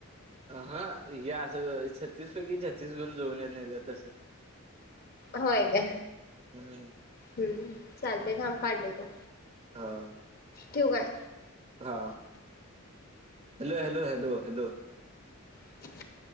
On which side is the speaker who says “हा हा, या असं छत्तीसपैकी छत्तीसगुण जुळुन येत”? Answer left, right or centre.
Right